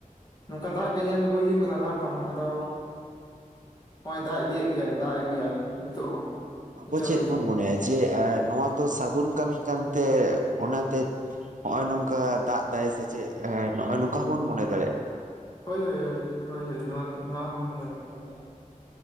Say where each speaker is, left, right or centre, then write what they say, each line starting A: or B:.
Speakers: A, on the left; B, on the right.
A: ᱱᱚᱝᱠᱟ ᱫᱟᱜ ᱜᱮ ᱧᱮᱞ ᱟᱹᱜᱩ ᱦᱩᱭᱩᱜ ᱠᱟᱱᱟ ᱞᱟᱦᱟ ᱠᱷᱚᱱ, ᱟᱫᱚ ᱦᱳᱭ ᱫᱟᱜ ᱤᱫᱤᱭᱮᱫ ᱜᱮᱭᱟᱭ ᱫᱟᱜ ᱮᱫ ᱜᱮᱭᱟᱭ ᱱᱤᱛᱚᱜ ᱦᱚᱸ
B: ᱟᱵᱚ
A: ᱱᱤᱛᱚᱜ
B: ᱪᱮᱫ
A: ᱦᱟᱹᱵᱤᱡ
B: ᱵᱚᱱ
A: ᱦᱚᱸ,
B: ᱢᱚᱱᱮᱭᱟ ᱡᱮ ᱱᱚᱣᱟ ᱫᱚ ᱥᱟᱹᱜᱩᱱ ᱠᱟᱹᱢᱤ ᱠᱟᱱᱛᱮ ᱚᱱᱟᱛᱮ ᱱᱚᱜ-ᱚᱭ ᱱᱚᱝᱠᱟ ᱫᱟᱜ ᱫᱟᱭ ᱥᱮ ᱪᱮᱫ ᱦᱮᱸ ᱱᱚᱜ-ᱚᱭ ᱱᱚᱝᱠᱟ ᱦᱚᱵᱚᱱ ᱢᱚᱱᱮ ᱫᱟᱲᱮᱭᱟᱜ,
A: ᱦᱳᱭ ᱦᱳᱭ ᱦᱳᱭ ᱦᱳᱭ ᱦᱳᱭ ᱱᱚᱣᱟ ᱱᱚᱣᱟ ᱚᱵᱚᱱ ᱢᱚᱱᱮ <unintelligible> ᱨᱚᱯᱚᱲ